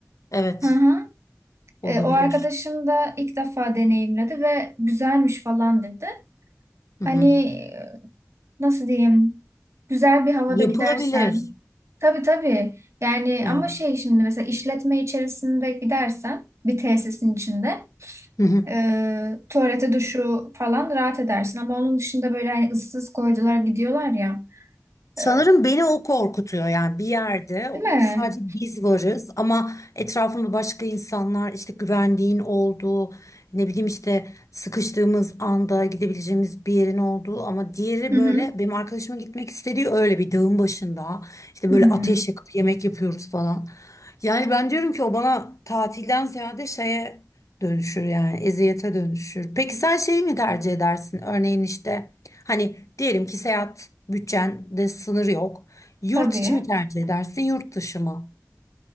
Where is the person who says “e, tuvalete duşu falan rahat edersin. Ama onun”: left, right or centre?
Right